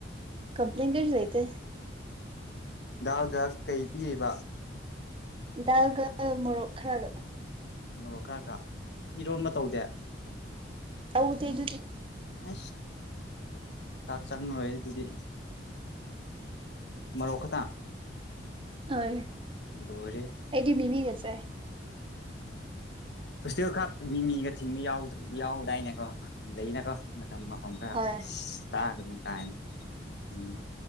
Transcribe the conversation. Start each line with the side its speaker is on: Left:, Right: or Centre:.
Right: ꯀꯝꯄ꯭ꯂꯟ ꯀꯩ ꯂꯩꯍꯤꯇ
Left: ꯗꯥꯜꯒ ꯀꯩ ꯄꯤꯔꯤꯕ
Right: ꯗꯒ ꯃꯣꯔꯣꯛ ꯈꯔꯒ
Left: ꯃꯣꯔꯣꯛ ꯈꯔꯒ ꯏꯔꯣꯟꯕ ꯇꯧꯗꯦ
Right: ꯇꯣꯊꯩ
Left: ꯑ ꯆꯥꯛ ꯆꯥꯛꯅ ꯔꯣꯏ ꯑꯗꯨꯗꯤ ꯃꯔꯣꯇ
Right: ꯍꯣꯏ
Left: ꯂꯔꯤ
Right: ꯑꯩꯗꯤ ꯃꯤꯃꯤꯒ ꯆꯥꯏ
Left: ꯄꯨꯁ ꯈꯥꯛ ꯃꯤ ꯃꯤꯒ ꯊꯤꯟꯕ ꯌꯥꯎꯗ ꯌꯥꯎꯗꯥꯏꯅꯦꯀꯣ ꯂꯩꯅꯀꯣ ꯃꯇꯝꯝ ꯑꯍꯨꯝꯒ
Right: ꯍꯣꯏ
Left: ꯆꯥꯒꯅꯅꯨꯡ ꯀꯥꯏꯅꯤ ꯎꯝ